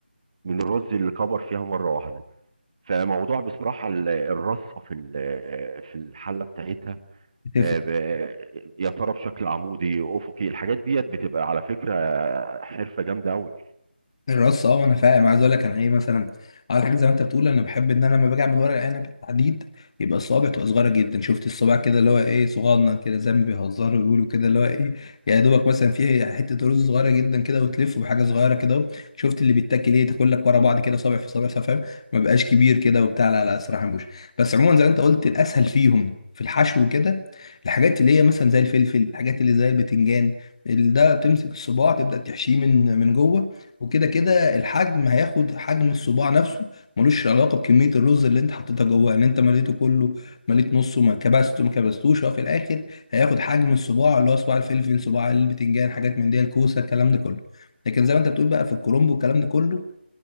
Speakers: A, on the right; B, on the left.
A: من الرز اللي كبر فيها مره واحده فموضوع بصراحه ال- الرصه في ال- في الحله بتاعتها
B: أكيد.
A: آه، ب- يا ترى بشكل عمودي افقي الحاجات ديت بتبقى على فكره حرفه جامده قوي
B: الرص اه انا فاهم عايز اقول لك انا ايه مثلا على حاجه زي ما انت بتقول انا بحب ان انا لما باجي اعمل ورق العنب بالتحديد يبقى الصوابع تبقى صغيره جدا شفت الصباع كده اللي هو ايه صغنن كده زي ما بيهزروا بيقولوا كده اللي هو ايه يا دوبك مثلا فيه حته رز صغيره جدا كده وتلفه بحاجه صغيره كده اهو شفت اللي بيتاكل ايه تاكل لك ورا بعض كده صابع في صابع فاهم ما بقاش كبير كده وبتاع لا لا صراحه مش بس عموما زي ما انت قلت الاسهل فيهم في الحشو وكده الحاجات اللي هي مثلا زي الفلفل الحاجات اللي زي البتنجان ال- ده تمسك الصباع تبدا تحشيه من من جوه وكده كده الحجم هياخد حجم الصباع نفسه ملوش علاقه بكميه الرز اللي انت حطيتها جواه ان انت مليته كله مليت نصه ما كبسته ما كبستوش هو في الاخر هياخد حجم الصباع اللي هو صباع الفلفل صباع البتنجان حاجات من دي الكوسه الكلام ده كله لكن زي ما انت بتقول بقى في الكرنب والكلام ده كله